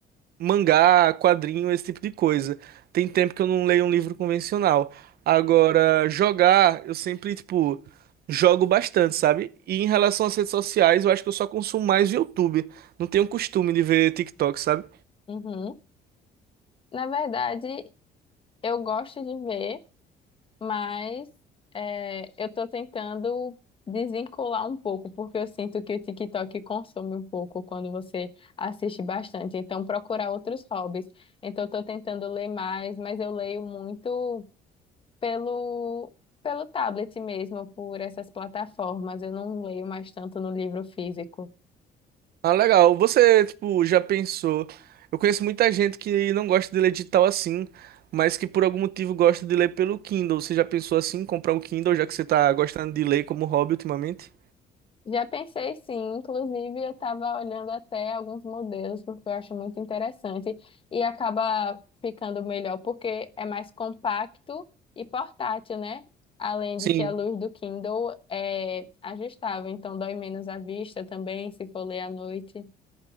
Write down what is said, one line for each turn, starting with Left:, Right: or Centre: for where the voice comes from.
Right: mangá, quadrinho, esse tipo de coisa. Tem tempo que eu não leio um livro convencional. Agora, jogar, eu sempre, tipo, jogo bastante, sabe? E em relação às redes sociais, eu acho que eu só consumo mais YouTube. Não tenho costume de ver TikTok, sabe?
Left: Uhum. Na verdade, eu gosto de ver, mas é, eu estou tentando desvincular um pouco, porque eu sinto que o TikTok consome um pouco quando você assiste bastante. Então, procurar outros hobbies. Então, eu estou tentando ler mais, mas eu leio muito pelo, pelo tablet mesmo, por essas plataformas. Eu não leio mais tanto no livro físico.
Right: Ah, legal. Você, tipo, já pensou? Eu conheço muita gente que não gosta de ler digital assim, mas que por algum motivo gosta de ler pelo Kindle. Você já pensou assim, em comprar um Kindle, já que você tá gostando de ler como hobby ultimamente?
Left: Já pensei sim, inclusive eu estava olhando até alguns modelos, porque eu acho muito interessante e acaba ficando melhor porque é mais compacto e portátil, né? Além
Right: Sim.
Left: de que a luz do Kindle é ajustável, então dói menos a vista também, se for ler à noite.